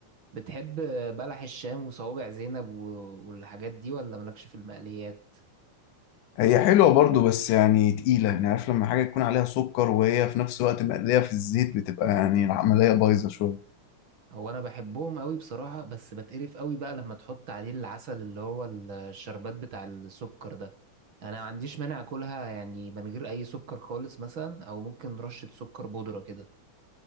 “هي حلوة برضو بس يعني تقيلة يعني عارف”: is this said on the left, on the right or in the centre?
Left